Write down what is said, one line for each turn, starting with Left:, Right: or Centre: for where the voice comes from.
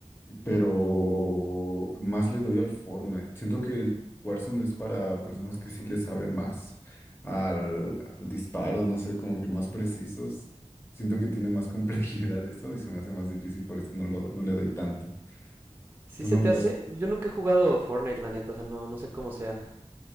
Left: pero más le doy al Fortnite. Siento que el Warzone es para personas que sí le saben más al, al disparo, no sé, como que más precisos. Siento que tiene más <laughs> complejidad eso y se me hace más difícil, por eso no lo, no le doy tanto.
Right: Si
Left: ¿Tú
Right: se
Left: no
Right: te
Left: le das?
Right: hace, yo nunca he jugado Fortnite, la neta, o sea, no, no sé cómo sea.